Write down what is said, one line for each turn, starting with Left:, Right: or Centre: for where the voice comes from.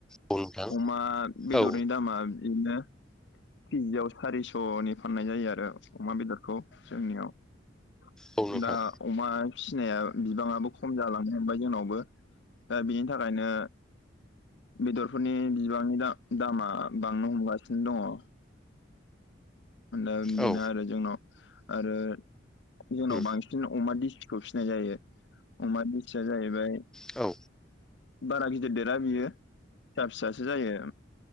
Centre: औ नोंथां
Left: अमा बेदरनि
Centre: औ
Left: दामा बिदिनो केजियाव सारिस'नि फाननाय जायो आरो अमा बेदरखौ जोंनियाव
Centre: औ नोंथां
Left: दा अमा फिसिनाया बिबाङाबो खम जालांनो हांबाय जोंनावबो दा बेनि थाखायनो बेदरफोरनि बिबांनि दामा बांनो हमगासिनो दङ दा बेनो
Centre: औ
Left: आरो जोंनाव आरो जोंनाव
Centre: उम
Left: बांसिन अमा दिसि खौ फिसिनाय जायो अमा दिसिया जाहैबाय
Centre: औ
Left: -बारा गिदिर देरा बियो फिसा फिसासो जायो